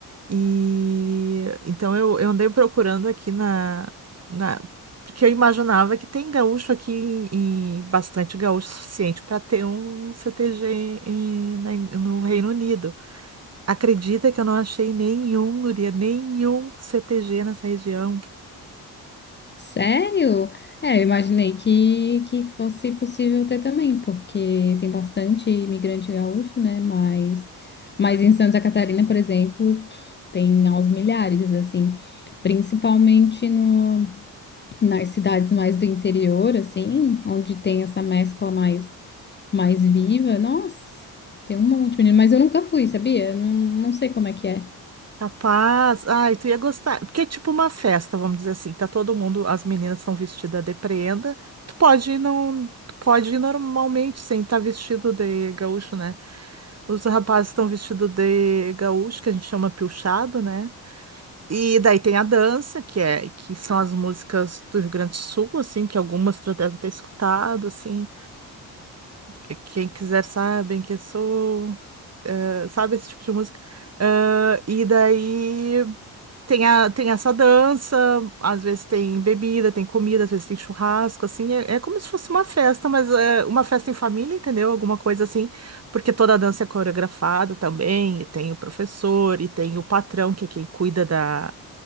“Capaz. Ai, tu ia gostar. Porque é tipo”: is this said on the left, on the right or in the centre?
Right